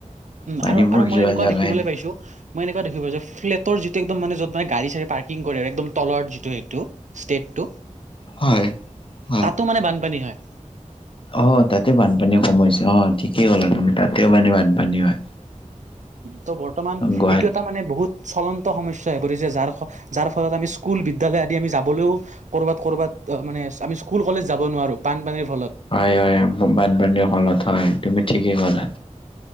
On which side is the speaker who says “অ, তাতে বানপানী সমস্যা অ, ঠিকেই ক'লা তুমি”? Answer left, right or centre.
Left